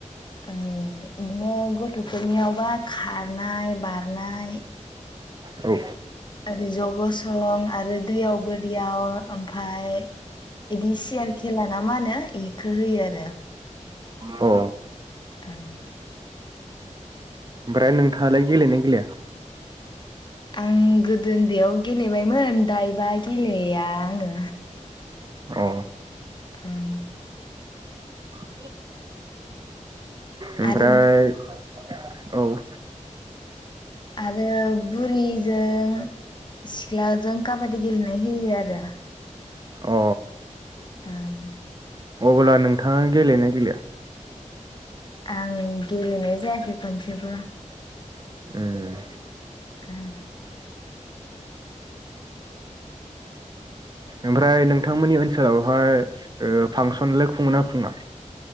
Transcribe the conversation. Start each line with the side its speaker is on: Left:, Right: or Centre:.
Left: उम इदिनो गथ'फोरनियावबा खारनाय बार नाय
Right: औ औ
Left: ओरै ज' गसं आरो दैयाव बोरियाव ओमफाय इदि सियार खेला ना मा होनो बेखो होयो आरो।
Right: अ।
Left: ओं।
Right: ओमफ्राय नोंथाङालाय गेलेयो ना गेलेया?
Left: आं गोदो उन्दैयाव गेलेबायमोन दायोबाय गेलेया आङो।
Right: औ।
Left: ओं
Right: <unintelligible> ओमफ्राय
Left: आरो
Right: औ।
Left: आरो बुरि जों सिख्ला जों काबादि गेलेनाय होयो आरो।
Right: अ।
Left: ओं।
Right: अब्ला नोंथाङा गेलेयोना गेलेया?
Left: आं गेलेनाय जायाखै खनसेबो
Right: उम
Left: उम।
Right: ओमफ्राय नोंथांमोननि ओनसोलावहाय ओ फांसनलाय खुङो ना खुङा?